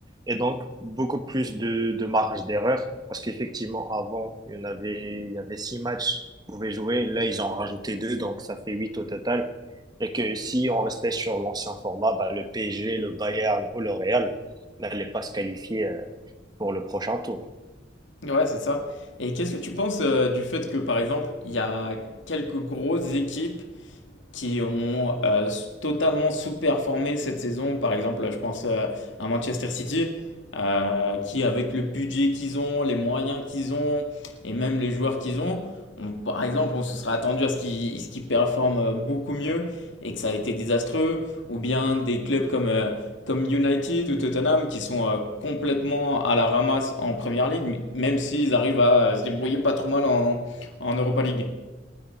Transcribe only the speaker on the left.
Ouais, c'est ça. Et qu'est-ce que tu penses euh, du fait que, par exemple, il y a quelques grosses équipes qui ont euh, s- totalement sous-performé cette saison. Par exemple, je pense euh, à Manchester City, euh, qui avec le budget qu'ils ont, les moyens qu'ils ont, et même les joueurs qu'ils ont, on- par exemple, on se serait attendu à ce qu'ils ce qu'ils performent euh, beaucoup mieux et que ça a été désastreux. Ou bien des clubs comme, euh, comme United ou Tottenham, qui sont euh, complètement à la ramasse en Première League, m- même s'ils arrivent à euh, se débrouiller pas trop mal en, en Europa League.